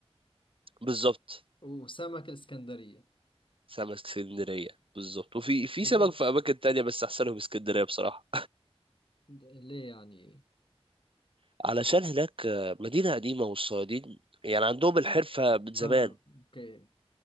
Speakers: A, on the right; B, on the left.
A: <laughs> بالظبط
B: وسمك الإسكندرية
A: سمك اسكندرية بالظبط وفي في
B: حاجات
A: سمك في أماكن تانية بس أحسنهم اسكندرية بصراحة
B: اللي يعني
A: <laughs> علشان هناك آه، مدينة قديمة والصيادين يعني عندهم الحرفة من زمان
B: اه اوكي